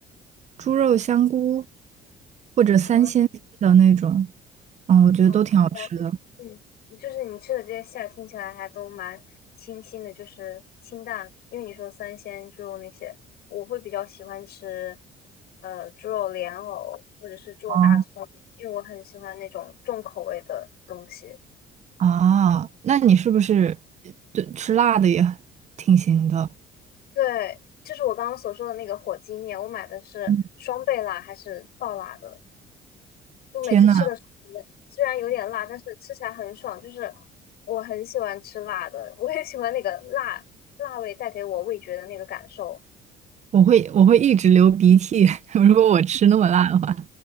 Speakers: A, on the right; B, on the left.
A: 猪肉香菇或者三鲜的那种，
B: 嗯。
A: 嗯，我觉得都挺好吃的。
B: 啊，听起来就嗯，就是你吃的这些馅儿听起来还都蛮清新的，就是清淡。因为你说三鲜猪肉那些，我会比较喜欢吃，呃，猪肉莲藕或者是猪肉大葱，
A: 哦
B: 因为我很喜欢那种重口味的东西。
A: 啊，那你是不是对吃辣的也挺行的？
B: 对，就是我刚刚所说的那个火鸡面，我买的是双倍辣还是爆辣的？
A: 嗯，
B: 就每次吃的时候，
A: 天呐，
B: 虽然有点辣，但是吃起来很爽。就是我很喜欢吃辣的，我也喜欢那个辣辣味带给我味觉的那个感受。
A: 我会我会一直流鼻涕，<laughs> 如果我吃那么辣的话，